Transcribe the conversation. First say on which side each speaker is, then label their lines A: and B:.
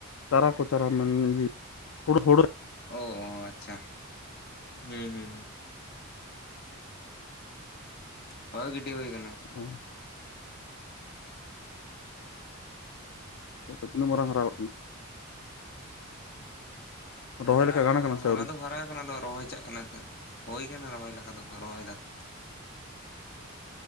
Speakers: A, on the left; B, on the left.
A: ᱪᱟᱨᱟ ᱠᱚ ᱪᱟᱨᱟ ᱢᱮᱱ ᱤᱭᱮ, ᱦᱳᱲᱳ ᱦᱳᱲᱳ
B: ᱚ ᱟᱪ-ᱪᱷᱟ ᱦᱩᱸ ᱦᱩᱸ ᱦᱩᱸ᱾ ᱦᱳᱭ ᱜᱤᱰᱤ ᱦᱳᱭᱠᱟᱱᱟ ᱾
A: ᱦᱚᱸᱜ ᱾ ᱟᱸᱪᱦᱟ, ᱛᱤᱱᱟᱜ ᱢᱟᱨᱟᱝ ᱦᱟᱨᱟᱣ ᱜᱚᱫ ᱠᱟᱱᱟ? ᱨᱚᱦᱚᱭ
B: ᱦᱟᱨᱟ
A: ᱞᱮᱠᱟ
B: ᱦᱳ
A: ᱜᱟᱱ ᱠᱟᱱᱟ ᱥᱮ
B: ᱦᱟᱨᱟ
A: ᱟᱹᱣᱨᱤ?
B: ᱫᱚ ᱦᱟᱨᱟ ᱟᱠᱟᱱᱟ ᱟᱫᱚ ᱨᱚᱦᱚᱭ ᱪᱟᱜ ᱠᱟᱱᱟ᱾ ᱟᱷ, ᱦᱳᱭ ᱠᱟᱱᱟ ᱨᱚᱦᱚᱭ ᱞᱮᱠᱟ ᱫᱚ ᱨᱚᱦᱚᱭᱫᱟ ᱠᱚ ᱛᱷᱚ ᱾